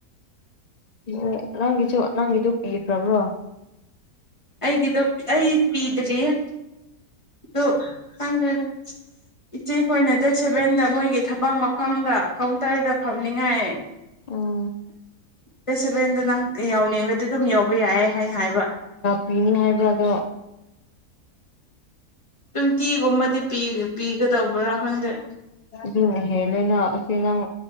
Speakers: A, on the left; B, on the left.
A: ꯑꯣ ꯅꯪꯒꯤꯁꯨ ꯅꯪꯒꯤꯗ ꯄꯤꯈ꯭ꯔꯕ꯭ꯔꯣ
B: ꯑꯩꯒꯤꯗꯣ ꯑꯩ ꯄꯤꯗ꯭ꯔꯤꯌꯦ ꯑꯣ ꯈꯪꯗ꯭ꯔꯦꯗ ꯏꯆꯦꯈꯣꯏꯅ ꯗꯦꯠ ꯁꯦꯕꯦꯟꯗ ꯃꯣꯏꯒꯤ ꯊꯕꯛ ꯃꯐꯝꯗ ꯀꯥꯎꯟꯇꯔꯗ ꯐꯝꯅꯤꯡꯉꯥꯏ
A: ꯎꯝ
B: ꯗꯦꯠ ꯁꯚꯦꯟꯗ ꯅꯪ ꯌꯥꯎꯅꯤꯡꯔꯗꯤ ꯑꯗꯨꯝ ꯌꯥꯎꯕ ꯌꯥꯏ ꯍꯥꯏꯅ ꯍꯥꯏꯕ
A: ꯄꯅꯤ ꯍꯥꯏꯕ꯭ꯔ ꯑꯗꯣ
B: ꯇ꯭ꯋꯦꯟꯇꯤꯒꯨꯝꯕꯗꯤ ꯄꯤꯒꯗꯧꯕ꯭ꯔꯥ ꯈꯪꯗ꯭ꯔꯦ
A: ꯑꯗꯨ ꯍꯦꯂꯅ ꯑꯁꯤ ꯅꯪ